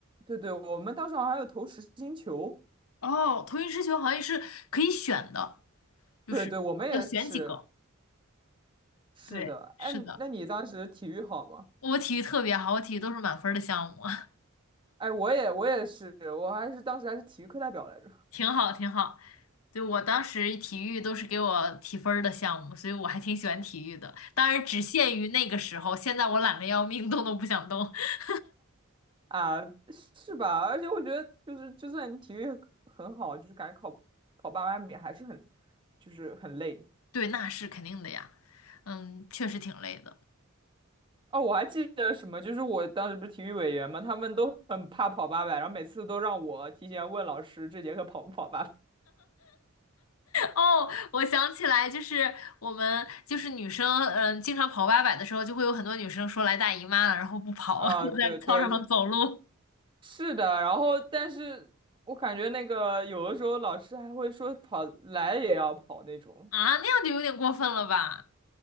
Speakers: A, on the right; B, on the left.
A: 对对，我们当时好像还有投实心球。
B: 哦，投影失球好像是可以选的，就是要选几个。
A: 对对，我们也是，是的。
B: 对，是的，
A: 哎，那你当时体育好吗？
B: 我体育特别好，我体育都是满分儿的项目，<laughs>
A: 哎，我也我也是，我还是当时还是体育课代表来着。
B: 挺好挺好。对，我当时体育都是给我提分儿的项目，所以我还挺喜欢体育的。当然只限于那个时候，现在我懒得要命，动都不想动。<laughs>
A: 啊，是吧？而且我觉得，就是就算你体育很好，就是感觉跑跑八百米还是很，就是很累。
B: 对，那是肯定的呀。嗯，确实挺累的。
A: 哦，我还记得什么，就是我当时不是体育委员嘛，他们都很怕跑八百，然后每次都让我提前问老师这节课跑不跑八百。
B: 哦，我想起来，就是我们就是女生，嗯，经常跑八百的时候，就会有很多女生说来大姨妈了，然后不跑，
A: 啊，
B: <laughs> 就在操场上走路
A: 对对，是。是的，然后但是我感觉那个有的时候老师还会说跑来也要跑那种，
B: 啊，那样就有点过分了吧？